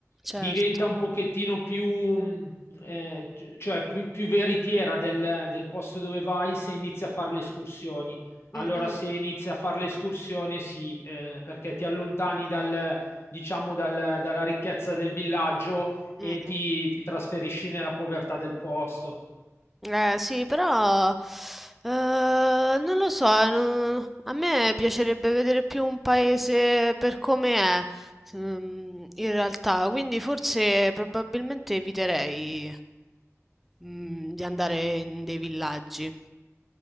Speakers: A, in the centre; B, on the left.
A: Certo.
B: diventa un pochettino più, mm, eh, cioè più, più veritiera del, del posto dove vai se inizi a fare le escursioni. Allora,
A: Mm, mm,
B: se inizi a fare le escursioni, sì, eh, perché ti allontani dal, diciamo, dal- dalla ricchezza del villaggio e
A: mm, mm.
B: ti, ti trasferisci nella povertà del posto.
A: Eh, sì, però eh, non lo so, eh, non- a me piacerebbe vedere più un paese per come è, mm, in realtà, quindi forse probabilmente eviterei mm, di andare in dei villaggi.